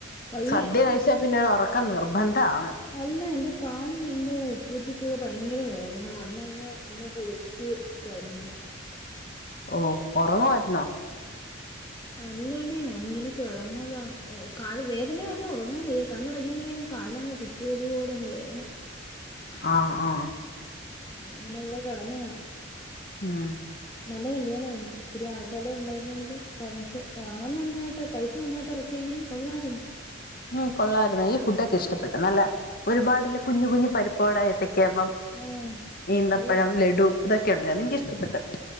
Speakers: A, on the left; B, on the left.
A: വയ്യ
B: സദ്യ കഴിച്ചാ പിന്നെ ഒരു ഒറക്കം നിർബന്ധണ്.
A: അല്ല എന്റെ കാല് രണ്ടു ഉപ്പൂറ്റിക്കൊക്കെ ഭയങ്കര വേദന വന്നങ്ങ് ഒന്ന് കുളിച്ച് കെടന്നു
B: ഓ ഒറങ്ങുവായ്ര്ന്നോ.?
A: അല്ലടി ഞാൻ ഇങ്ങനെ കെടന്നതാ കല് വേദന ർണാ ഒറങ്ങാ വയ്യ കണ്ണടക്കുമ്പോഴെ അങ്ങ് കാൽനങ്ങ് കുത്തിവലിവ് പോലങ്ങ് വേദന.
B: ആഹ ആഹ്
A: അങ്ങനെ ഇവടെ കെടന്നെയാ.
B: ഉം
A: നല്ല കല്യാണ ആയിരുന്നു ഇച്ചിരി ആർഭാടം ഉണ്ടായിരുന്നെങ്കിലും പണസ പാണം നന്നായിട്ട് പൈസ നന്നായിട്ട് ഇറക്കിയെങ്കിലും കൊള്ളായിരുന്നു
B: ഉം കൊള്ളാരുന്ന് ഈ ഫുഡൊക്കെ ഇഷ്ടപ്പെട്ടു നല്ല ഒരുപാട്ള്ള കുഞ്ഞ് കുഞ്ഞ് പരിപ്പ്വട ഏത്തക്കാപ്പം
A: ആഹ്
B: ഈന്തപ്പഴം
A: നല്ല പടായിരുന്നു
B: ലഡു ഇതൊക്കെ ഉണ്ടായിരുന്നു എനിക്കിഷ്ടപ്പെട്ട്